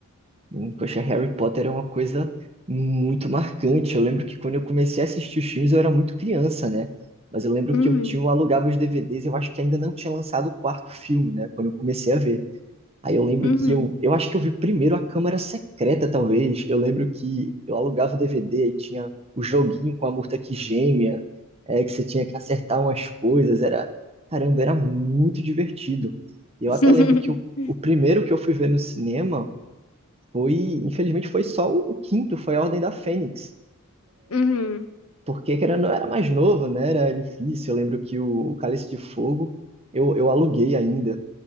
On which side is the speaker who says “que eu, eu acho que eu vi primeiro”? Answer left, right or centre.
Right